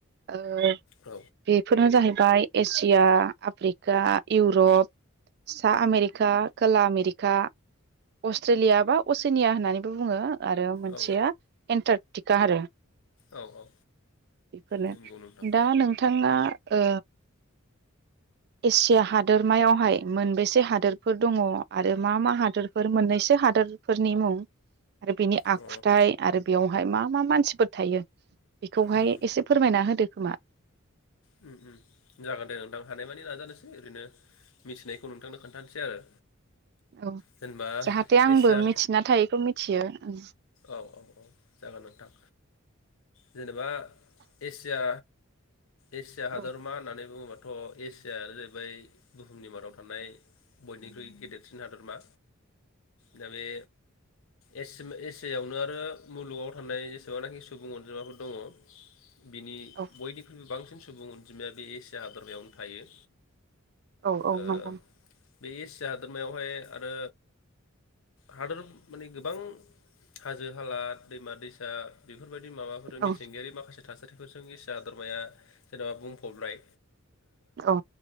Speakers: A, on the right (about 50°); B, on the left (about 70°).
A: ओ
B: औ
A: बेफोरनो जाहै बाय एसिया आफ्रिका इउरप सा आमेरिका खोला आमेरिका अस्ट्रेलिया बा असिनिया होननानैबो बु बुङो आरो मोनसेया
B: औ
A: एन्टारकटिका आरो।
B: औ औ
A: बेफोरनो
B: नंगौ नोंथां
A: दा नोंथाङा। ओ एसिया हादोरमायावहाय मोनबेसे हादोरफोर दङ आरो मा मा हादोरफोर मोननैसो हादोरफोरनि मुं आरो बिनि आखुथाइ
B: अ
A: आरो बेयावहाय मा मा मानसिफोर थायो। बेखौहाय
B: उम
A: एसे फोरमायना होदो खोमा।
B: होम होम जागोन दे नोंथां हानायमानि नाजानोसै ओरैनो। मिथिनायखौ नोंथांनो खोन्थानोसै आरो।
A: औ
B: जेनेबा
A: जाहाथे आंबो
B: एसिया
A: मिथिना थायैखौ मिथियो ओं।
B: औ औ औ जागोन नोंथां जेनेबा एसिया एसिया हादरमा
A: औ
B: होननानै बुङोबाथ'। एसियानो जाहैबाय बुहुमनि मादाव थानाय बयनिख्रुइ गेदेरसिन हादोरमा। दा बे एसि मि एस सिटियावनो आरो मुलुगाव थानाय जेसेबांनाखि सुबुं अनजिमाफोर दङ। बिनि
A: औ
B: बयनिख्रुइबो बांसिन सुबुं अनजिमाया बे एसिया हादरमायावनो थायो।
A: औ औ
B: ओ
A: नंगौ।
B: बे एसिया हादोरमायावहाय आरो हादोर माने गोबां हाजो हालाद दैमा दैसा बेफोरबायदि माबाफोर
A: औ
B: मिथिंगायारि माखासे थासारि फोरजों एसिया हादरमाया जेनेबा बुंफबबाय।
A: औ।